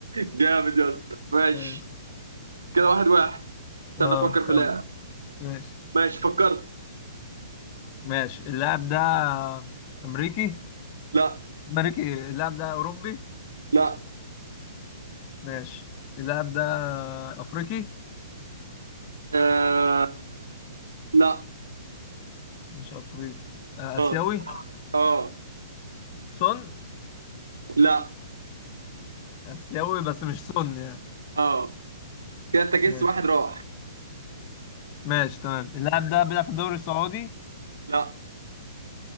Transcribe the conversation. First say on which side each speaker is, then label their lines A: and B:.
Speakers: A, on the right; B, on the left.
A: جامد يا اسطى ماشي
B: ماشي
A: كده واحد واحد استنى
B: اه
A: افكر
B: خم
A: في لاعب
B: ماشي
A: ماشي فكرت
B: ماشي اللاعب ده امريكي
A: لا
B: امريكي اللاعب ده اوروبي
A: لا
B: ماشي اللاعب ده افريقي
A: آه... لا
B: مش افريقي آه، اسيوي
A: اه اه
B: سون
A: لا
B: اسيوي بس مش سون يعني
A: اه كده انت جس
B: ماشي
A: واحد راح
B: ماشي تمام اللاعب ده بيلعب في الدوري السعودي
A: لا